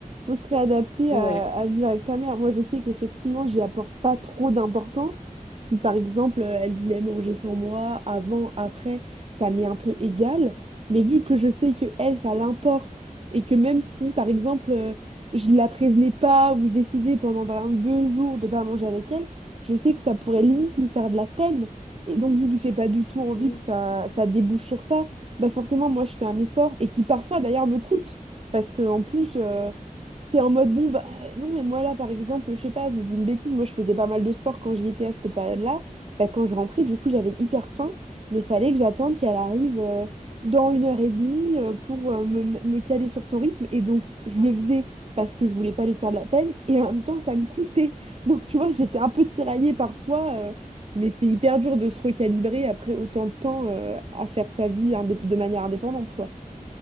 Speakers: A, on the right; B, on the left.
A: faut se réadapter
B: Ouais,
A: à, à vivre avec ta mère. Moi, je sais qu'effectivement, j'y apporte pas trop d'importance. Si, Par exemple, euh, elle voulait manger sans moi, avant, après, ça m'est un peu égal. Mais vu que je sais que elle, ça l'importe, et que même si, par exemple, euh, je la prévenais pas ou je décidais pendant par exemple, deux jours de pas manger avec elle, je sais que ça pourrait limite lui faire de la peine. Et donc, vu que j'ai pas du tout envie
B: oui,
A: que ça, ça débouche sur ça, bah forcément, moi, je fais un effort et qui parfois, d'ailleurs, me coûte. Parce qu'en plus, euh,
B: oui.
A: T'es en mode, bon, bah, non, mais moi, là, par exemple, je sais pas, je dis une bêtise, moi, je faisais pas mal de sport quand j'y étais à cette période-là. Bah, quand je rentrais, du coup, j'avais hyper faim, mais fallait que j'attende qu'elle arrive euh, dans une heure et demie euh, pour euh, me, me caler sur son rythme. Et donc, je le faisais parce que je voulais pas lui faire de la peine, et en même temps, ça me coûtait. <laughs> Donc, tu vois, j'étais un peu tiraillée parfois, euh, mais c'est hyper dur de se recalibrer après autant de temps euh, à faire sa vie indé- de manière indépendante, quoi.